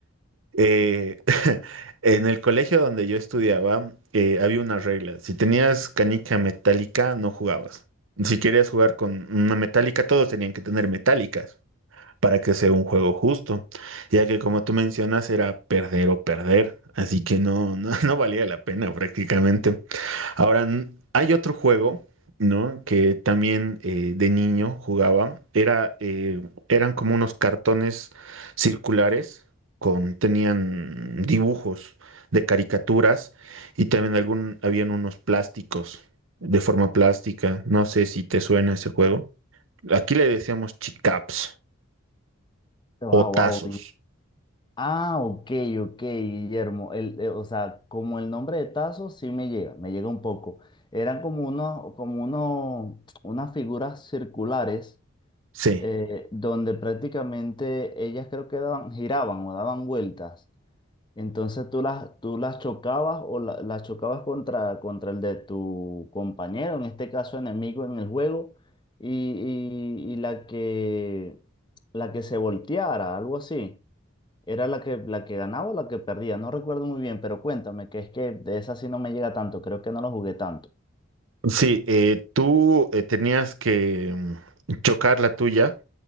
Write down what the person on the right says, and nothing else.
Eh, <laughs> en el colegio donde yo estudiaba, eh, había una regla. Si tenías canica metálica, no jugabas. Si querías jugar con una metálica, todos tenían que tener metálicas para que sea un juego justo, ya que como tú mencionas era perder o perder, así que no, no, <laughs> no valía la pena prácticamente. Ahora, n- hay otro juego, ¿no? Que también eh, de niño jugaba, era, eh, eran como unos cartones circulares con, tenían dibujos de caricaturas y también algún, habían unos plásticos de forma plástica, no sé si te suena ese juego. Aquí le decíamos chicaps.
O tazos.
Sí,
sí, eh, tú eh, tenías que mm, chocar la tuya,